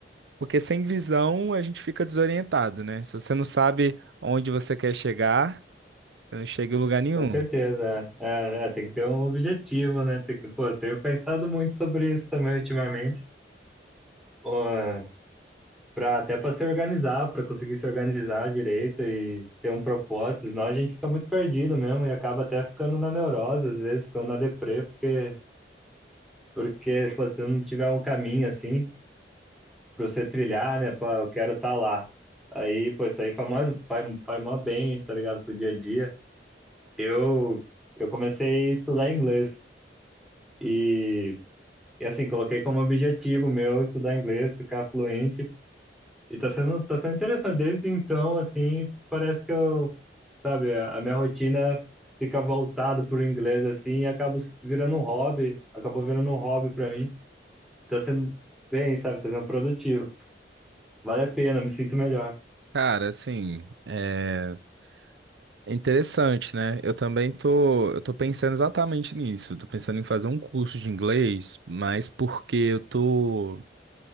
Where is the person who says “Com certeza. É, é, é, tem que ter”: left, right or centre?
Centre